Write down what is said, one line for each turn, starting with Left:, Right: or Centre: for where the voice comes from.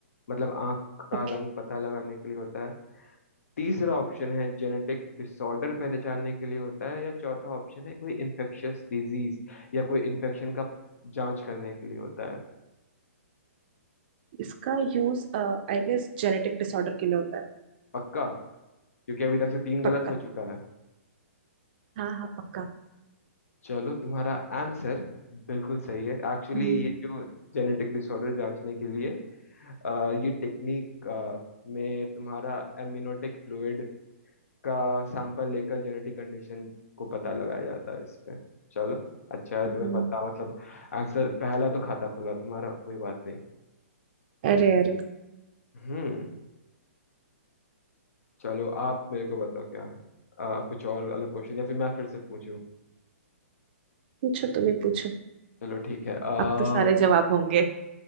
Left: मतलब आंख का
Right: ओके
Left: रंग पता लगाने के लिए होता है तीसरा ऑप्शन है जेनेटिक डिसऑर्डर पहचानने के लिए होता है या चौथा ऑप्शन है कोई इन्फेक्शियस डिजीज या कोई इन्फेक्शन का जांच करने के लिए होता है
Right: इसका use I guess genetic disorder के लिए होता है
Left: पक्का क्योंकि अभी तक से तीन गलत
Right: पक्का
Left: हो चुका है
Right: हाँ हाँ पक्का
Left: चलो तुम्हारा आंसर बिल्कुल सही है एक्चुअली
Right: हम्म
Left: ये जो जेनेटिक डिसऑर्डर जांचने के लिए अ, ये टेक्निक में तुम्हारा एमनियोटिक फ्लूइड का सैंपल लेकर जेनेटिक कंडीशन को पता लगाया जाता है इसमें चलो अच्छा है
Right: हम्म।
Left: तुम्हें पता मतलब आंसर पहला तो खाता खुला तुम्हारा कोई बात नहीं
Right: अरे अरे
Left: हम्म चलो आप मेरे को बताओ क्या है? अ, कुछ और अलग क्वेश्चन या फिर मैं फिर से पूछूं
Right: पूछो तुम्हें पूछो
Left: चलो ठीक है आ,
Right: अब तो सारे जवाब होंगे